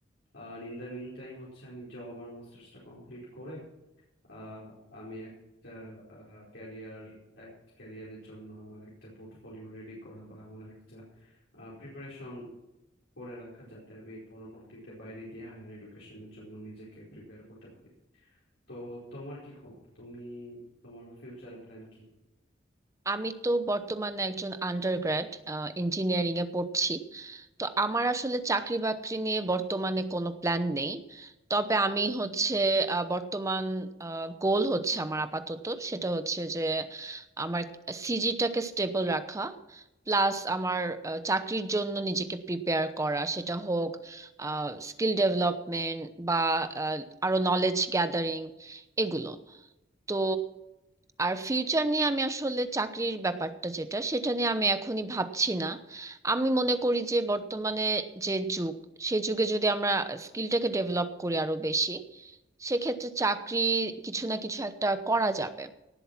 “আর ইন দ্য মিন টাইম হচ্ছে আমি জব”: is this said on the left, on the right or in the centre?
Left